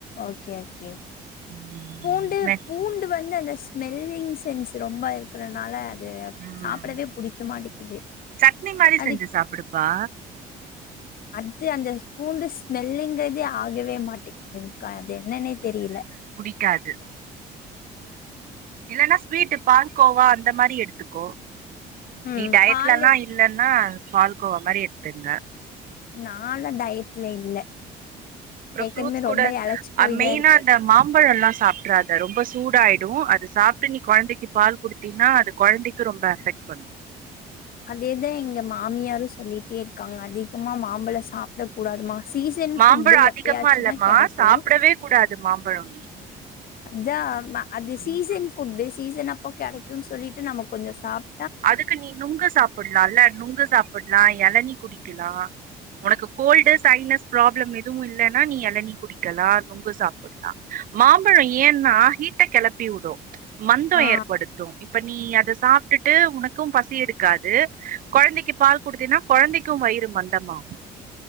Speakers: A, on the left; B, on the right.
A: ஓகே ஓகே
B: ம்
A: பூண்டு
B: வெ
A: பூண்டு வந்து அந்த ஸ்மெல்லிங் சென்ஸ் ரொம்ப இருக்கிறனால அது
B: ம்
A: சாப்படவே புடிக்க மாட்டேக்குது
B: சட்னி மாரி
A: அது
B: செஞ்சு சாப்புடுப்பா
A: அது அந்த பூண்டு ஸ்மெல்லுங்கறதே ஆகவே மாட்டேக்குதுங்க்கா அது என்னன்னே தெரியல
B: க்கது இல்ன்னா ஸ்வீட் பால் கோவா அந்த மாரி எடுத்துக்கோ
A: ம்
B: நீ டயட்லல்லா
A: பாலு
B: இல்ன்னா பால கோவா மாரி எடுத்துங்க
A: நா எல்லா டய்டல இல்ல
B: அப்புறம்
A: ஏற்கனவே
B: ஃப்ரூட்ஸ் கூட
A: ரொம்ப எழச்சு போய்தா
B: அ மெயினா
A: இருக்கே
B: அந்த மாம்பழோ எல்லாம் சாப்ப டறதா ரொம்ப சூட ஆயிடு அதை சாப்பிட்டு நீ குழந்தைக்கு பால் குடுத் தினா அது கொழந்தைக்கு ரொம்ப அஃப்க்ட் பண்ணு
A: அதேதா எங்க மாமியாரு சொல்லிட்டே இருக்காங்க அதிகமா மாம்பழ சாப்பிட கூடாதுமா சீசன்
B: மாம்பழோ
A: ஃபுட்டு
B: அதிகமா
A: எப்பயாச்சுதா
B: இல்லமா
A: கெடைக்கு
B: சாப்டவே கூடாது மாம்பழம்
A: அதா அது
B: ம்.
A: சீசன் ஃபுட்டு சீசன் அப்போ கெடைக்குன்னு சொல்லிட்டு நம்ம கொஞ்ச சாப்
B: அதுக்கு நீ நுங்க சாப்பிடலால்ல நுங்கு சாப்பிடலா எளநி குடிக்கலா உனக்கு கோல்டூ சைனஸ் ப்ராப்ளம் எதுவு இல்லைன்னா நீ எளநீ குடிக்கலா நொங்கு சாப்பிடலா மாம்பழம் ஏன்னா ஹீட்டை கெளப்பி விடு மந்தோ
A: ஆ
B: ஏற்படுத்து இப்ப நீ அத சாப்பிட்டு ட்டு உனக்கும் பசி எடுக்காது கொழந்தெக்கு பால் குடுத்தீன்னா கொழந்தெக்கு வயிறு மந்தமாகு